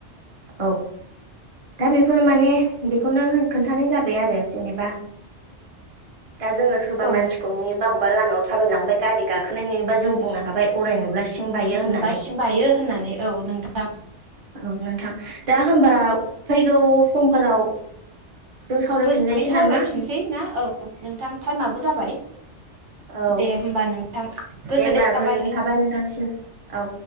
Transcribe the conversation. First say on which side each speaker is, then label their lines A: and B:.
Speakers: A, on the right; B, on the right.
A: औ दा बेफोर माने बेखौनो खोन्थानाय जाबाय आरो जेनेबा दा जोङो सोरबा
B: औ
A: मानसिखौ नुयोबा अबा लामायाव थाबायलांबाय गारि गाखोनाय नुयोबा जों बुंनो हाबाय गराय नुब्ला सिं बायो होननानै
B: नुबा सिं बायो होननानै औ नोंथां
A: औ नोंथां दा होनबा फैगौ समफोराव जों सावरायफिनलायसै
B: मोजाङै सावरायफिनसै
A: नामा
B: ना औ नोंथां टाइमाबो जाबाय
A: औ
B: दे होमबा नोंथां गोजोननाय
A: दे होमबा
B: थाबाय
A: नोंथांसिम औ